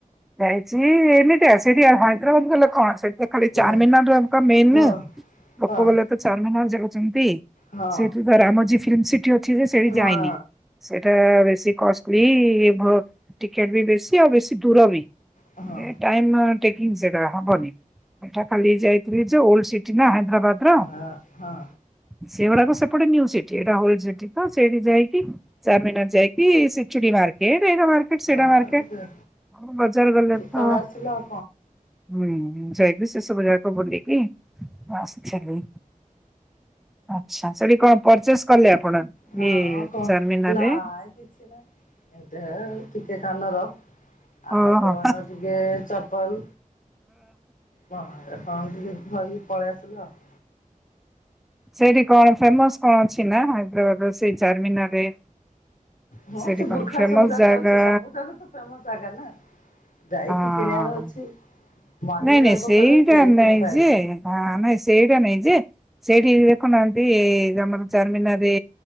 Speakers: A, in the centre; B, on the left.
A: ଯାଇଛି ସିଏ ଏମିତି ଆ ସେଠି ହାଇଦ୍ରାବାଦ ଗଲେ କଣ ସେଠ ଖାଲି ଚାରମିନାରରେମ
B: ହଁ
A: ମେନ୍
B: ହଁ
A: ଲୋକ
B: ହଁ
A: ବଲା ତ ଚାରମିନାଲ ଯାଉଛନ୍ତି
B: ହଁ
A: ସେଠି ତ ଆମର ଯ ଫିଲ୍ମ ସିଟି ଅଛି ଯେ ସେଠି
B: ହଁ
A: ଯାଇନି ସେଇଟା ବେଶୀ କଷ୍ଟ ଟିକେଟ ବି ବେଶୀ ଆଉ ବେଶୀ ଦୂର ବି
B: ହଁ
A: ଟାଇମ୍ ଟେକିଙ୍ଗ ସେଟା ହବନି ମୁଟା ଖାଲି ଯାଇଥିଲି ଯେ ଓଲ୍ଡ ସିଟି ନା ହାଇଦ୍ରାବାଦ ର
B: ହଁ ହଁ
A: ସେଗୁଡାକ ସେପଟେ ନିୟୁ ସିଟି ଏଇଟା ହୋଲ ସିଟ ତ ସେଠି ଯାଇକି ଚାମିନାର ଯାଇକି ଚୁଡି ମାର୍କେଟ ଏଇଟା ମାର୍କେଟ ସେଟା
B: ହଁ
A: ମାର୍କେଟ ବଜାର ଗଲେ
B: ପଳେଇ
A: ତ
B: ଆସିଲ ଆଉ
A: ହୁଁ ଯାଇକି ସେ ସବୁ ଯାକ ବୁଲିକି ଆସିଲି। ଆଛା ସେଠି କଣ ପରଚେସ୍ କଲେ ଆପଣ।
B: ହଁ
A: ଇଏ
B: କହ
A: ଚାରମିନାରରେ?
B: ନାଇ କିଛି ନାଇଁ ଏମିତି ଟିକେ କାନର ଆଉ
A: ଓହୋ
B: କଣ ଟିକେ ଚପଲ ହଁ କଣ ଟିକେ ଧରିକି ପଳେଇ ଆସିଲୁ ଆଉ।
A: ସେଇଠି କଣ ଫେମସ କଣ ଅଛି ନା ହାଇଦ୍ରାବାଦ ସେଇ ଚାରମିନାରରେ।
B: ହଁ
A: ସେଠି
B: ସେ
A: କଣ
B: ବୁର୍ଖା
A: ଫେମସ
B: ସବୁ ଯାକ
A: ଜାଗା
B: ଅଛି ସବୁ ଯାଗ ତ ତମ ଜଗା ନା ଯାଇକି
A: ହଁ
B: କିଣିବାର ଅଛି। ମନି
A: ନାଇଁ
B: ରହିବ
A: ନାଇଁ ସେଇଟା
B: କହିଲେ କିଏ ହେଲେ
A: ନାଇଁ
B: କିଣିପାରିବ।
A: ଯେ ନାଇଁ ସେଇଟା ନାଇଁ ଯେ ସେଇଠି ଦେଖୁନାହାନ୍ତି ଆମର ଚାରମିିନାରରେ